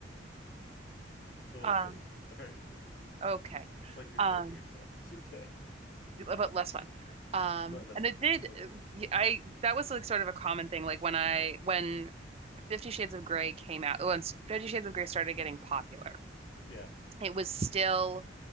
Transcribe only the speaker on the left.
so like
choking? <laughs> All right, cool.
It's like you're
choking yourself <laughs> to death,
but less
fun.
Okay. <laughs>
Yeah.